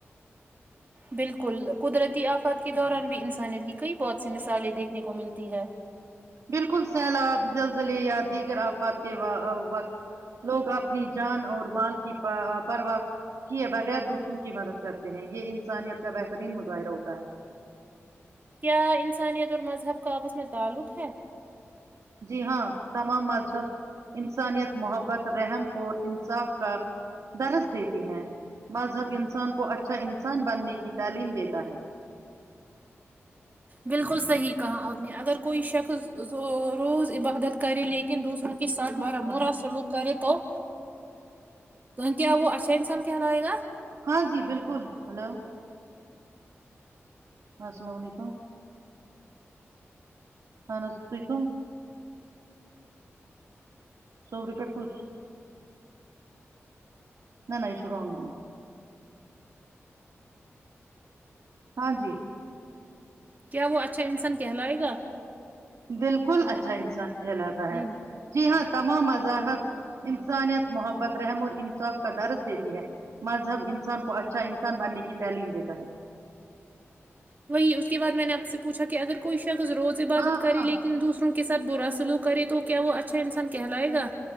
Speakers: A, on the right; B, on the right.
A: بالکل قدرتی آفات کے دوران بھی انسانیت کی کئی بہت سی مثالیں دیکھنے کو ملتی ہے
B: بالکل سیلاب زلزلے یا دیگر آفات کے وقت لوگ اپنی جان اور مال کی پرواہ کیے بغیر دوسروں کی مدد کرتے ہیں یہ انسانیت کا بہترین مظاہرہ ہوتا ہے
A: کیا انسانیت اور مذہب کا آپس میں تعلق ہے
B: جی ہاں تمام مذہب انسانیت محبت رحم اور انصاف کا درس دیتی ہیں مذہب انسان کو اچھا انسان بننے کی تعلیم دیتا ہے
A: بالکل صحیح کہا آپ نے اگر کوئی شخص ز روز عبادت کرے لیکن دوسروں کے ساتھ
B: کچھ
A: برا
B: بولا
A: برا
B: نہیں
A: سلوک کرے تو کیا وہ اچھا انسان کہلائے گا
B: ہاں جی بالکل ہلو السلام علیکم ہاں انس ٹھیک ہو سوری پی کوش نہ نہ یہ سو رنگ نمبر ہاں جی
A: کیا وہ اچھا انسان کہلائے گا
B: بالکل
A: لا
B: اچھا
A: بیگ
B: انسان کہلاتا
A: نہیں
B: ہے
A: نہیں
B: جی ہاں تمام مذاہب انسانیت محبت رحم اور انصاف کا درد دیتی ہے مذہب انسان کو اچھا انسان بننے کی تعلیم دیتا ہے
A: وہی اس کے بعد میں نے آپ سے پوچھا کہ اگر کوئی شخص روز عبادت
B: ہاں
A: کریں
B: ہاں
A: لیکن دوسروں کو کے ساتھ برا سلوک کرے تو کیا وہ اچھا انسان کہلائے گا